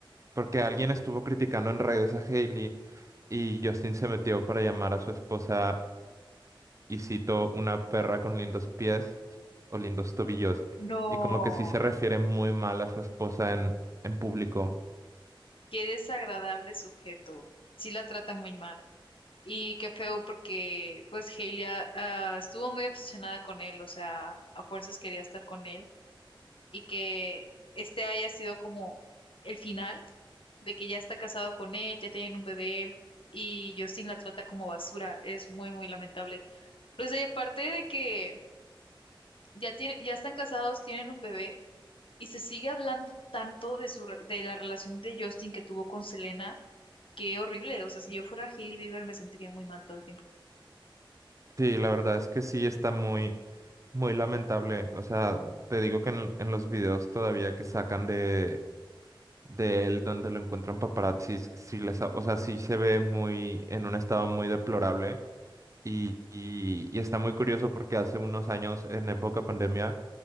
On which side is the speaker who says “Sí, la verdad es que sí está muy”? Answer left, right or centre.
Right